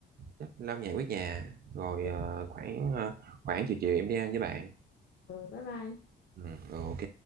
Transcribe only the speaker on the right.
chắc lau nhà quét nhà rồi
ờ, khoảng ờ, khoảng chiều chiều em đi ăn với bạn
Ừ, ok